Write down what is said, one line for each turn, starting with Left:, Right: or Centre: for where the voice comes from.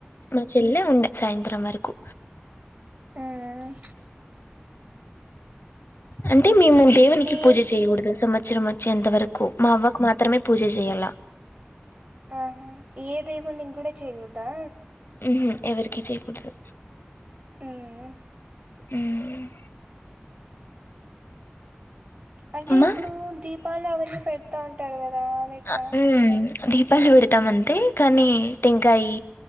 Left: మా చెల్లె ఉండ సాయంత్రం వరకు
Right: ఊమ్
Left: అంటే మేము దేవునికి
Right: నీ
Left: పూజ చేయగూడదు సంవత్సరం ఎంతవరకు మా అవ్వకు మాత్రమే పూజ జేయాల
Right: ఆహా ఏ దేవునింగ్ కూడా చేయకూడదా
Left: ఉమ్ హూ ఎవరికి చేయకూడదు
Right: ఉమ్
Left: ఉమ్
Right: అంటే
Left: మా
Right: ఇప్పుడు దీపాలు అవన్నీ పెడతా ఉంటారు కదా అది ఎట్లా
Left: ఆ ఉం దీపాలు పెడతాం అంతే కానీ టెంకాయి